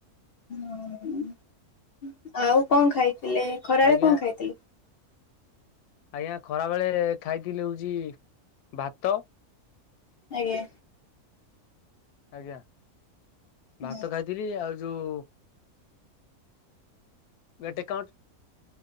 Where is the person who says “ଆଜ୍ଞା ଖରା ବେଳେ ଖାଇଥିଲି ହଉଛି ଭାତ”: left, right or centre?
Left